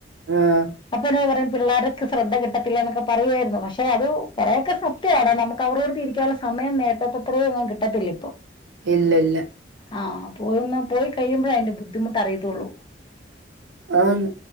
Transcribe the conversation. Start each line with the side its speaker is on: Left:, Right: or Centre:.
Right: ആഹ്
Left: അപ്പൊരു <unintelligible> പറയും പിള്ളേർക്ക് ശ്രദ്ധ കിട്ടത്തില്ല എന്നൊക്കെ പറയുവായിരുന്നു പക്ഷെ അത് കൊറെക്കൊ സത്യമാണ് നമുക്ക് അവരോടൊത്തിരിക്കാനുള്ള സമയം നേരത്തെത്തത്രയും ഒന്നും കിട്ടത്തില്ല ഇപ്പൊ
Right: ഇല്ലില്ല.
Left: ആഹ് പോവുന്ന പോയ് ഒന്ന് പോയി കഴിയുമ്പഴേ അതിന്റെ ബുദ്ധിമുട്ട് അറിയത്തുള്ളൂ
Right: ആന്ന്